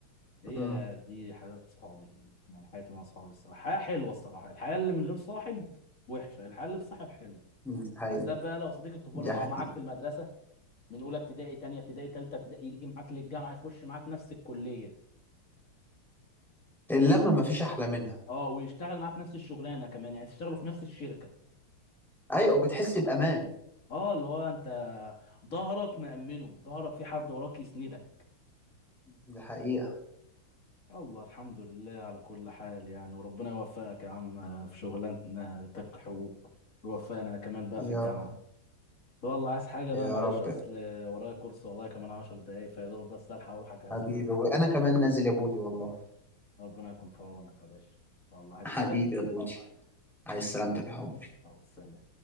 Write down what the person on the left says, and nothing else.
هي
دي حياه صحابي يعني حياتي مع صحابي الصراحه حياه حلوه الصراحه الحياه اللي من غير صاحب وحشه الحياه اللي بصاحب حلوه
بالذات بقى لو صديق الطفوله
لو
معاك في المدرسه من اولى ابتدائي تانية ابتدائي تالتة ابتدائي يجي معاك للجامعه يخش معاك نفس الكليه
اه ويشتغل معاك نفس الشغلانه كمان يعني تشتغلوا في نفس الشركه
اه اللي هو انت ظهرك مأمنه ظهرك في حد وراك يسندك
الله الحمد لله على كل حال يعني وربنا يوفقك يا عم في شغلانتك حقوق ويوفقنا كمان بقى
في الجامعه والله عايز حاجه بقى
معلش
اصل
ورايا كورس والله كمان 10 دقايق فيا دوب بس الحق اروح اجهز
لي
ربنا يكون في عونك يا باشا والله عايز
حاجه؟
اه سلام